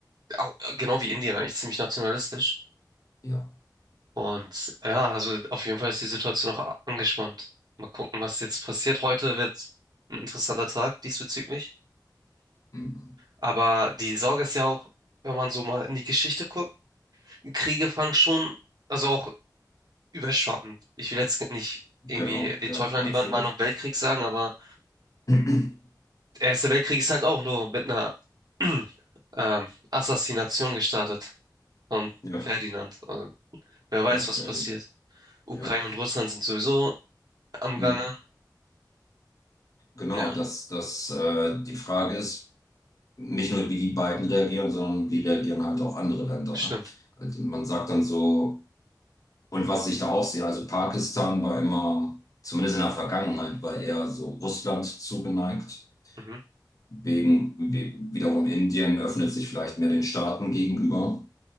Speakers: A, on the right; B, on the left.
A: auch, genau wie Indien eigentlich, ziemlich nationalistisch.
B: Ja.
A: Und ja, also auf jeden Fall ist die Situation noch a- angespannt. Mal gucken, was jetzt passiert. Heute wird ein interessanter Tag diesbezüglich.
B: Hm.
A: Aber die Sorge ist ja auch, wenn man so mal in die Geschichte guckt, Kriege fangen schon, also auch überschwappen. Ich will jetzt nicht
B: Genau,
A: irgendwie die
B: ja,
A: Teufel an
B: natürlich.
A: die Wand malen und Weltkrieg sagen, aber
B: <clears throat>
A: der Erste Weltkrieg ist halt auch nur mit einer <clears throat> ähm, Assassination gestartet von
B: Ja,
A: Ferdinand. Also, wer weiß,
B: ja,
A: was
B: ähm,
A: passiert. Ukraine
B: ja.
A: und Russland sind sowieso am
B: Mhm.
A: Gange.
B: Genau,
A: Ja,
B: dass dass äh, die Frage ist, nicht nur wie die beiden reagieren, sondern wie reagieren halt auch andere Länder,
A: stimmt.
B: ne? Also Man sagt dann so, und was ich da auch sehe, also Pakistan war immer, zumindest in der Vergangenheit, war eher so Russland zugeneigt.
A: Mhm.
B: Wegen, wie- wiederum Indien öffnet sich vielleicht mehr den Staaten gegenüber.